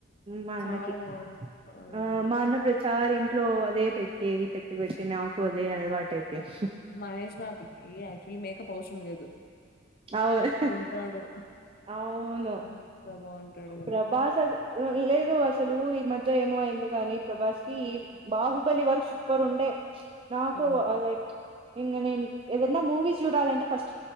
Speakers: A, on the right (about 25°); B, on the left (about 50°).
A: మా అన్నకి
B: చాలా బాగుంటాది
A: ఆ మా అన్న ప్రచారిం ఇంట్లో అదే పెట్టిది పెట్టి పెట్టి నాకు అదే అలవాటు అయిపోయింది
B: మహేష్ బాబుకిి యాక్చువల్లీ మేకప్ అవసరం లేదు
A: అవును
B: అట్టుంటాడు
A: అవును
B: ఎంత బాగుంటాడు కదా
A: ప్రభాస్ అస లేదు అసలు ఈ మధ్య ఏమో అయింది కాగానీ ప్రభాస్ కి బాహుబలి వరకు సుపర్ ఉండే నాకు
B: ఆ
A: లైక్ ఇం నేను ఏదన్నా మూవీస్ చూడాలంటే ఫస్ట్